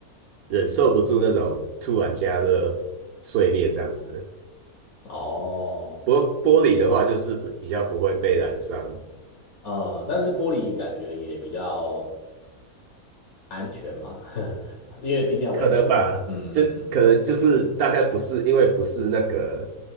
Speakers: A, on the right; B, on the left.
A: 忍受不住那种突然加热碎裂这样子。
B: 哦，
A: 不过玻璃的话，就是比较不会被染伤。
B: 嗯，但是玻璃感觉也比较安全嘛，<laughs> 因为毕竟要微波嘛。
A: 可能吧，
B: 嗯嗯嗯，
A: 就可能就是大概不是因为不是那个